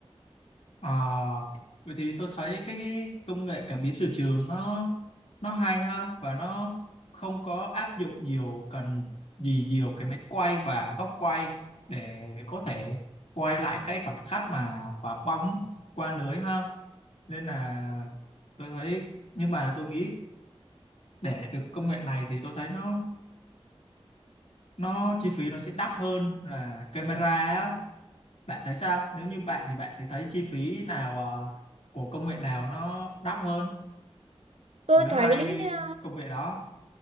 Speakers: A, on the left (about 75°); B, on the right (about 75°).
A: À, vậy thì tôi thấy cái, cái công nghệ cảm biến từ trường nó nó hay ha và nó không có áp dụng nhiều cần gì nhiều cái máy quay và góc quay để có thể quay lại cái khoảnh khắc mà quả bóng qua lưới ha nên là tôi thấy nhưng mà tôi nghĩ để được công nghệ này thì tôi thấy nó nó chi phí nó sẽ đắt hơn là camera á Bạn thấy sao? Nếu như bạn thì bạn sẽ thấy chi phí nào ờ, của công nghệ nào nó đắt hơn
B: tôi
A: giữa
B: thấy
A: hai
B: ờ,
A: công nghệ đó?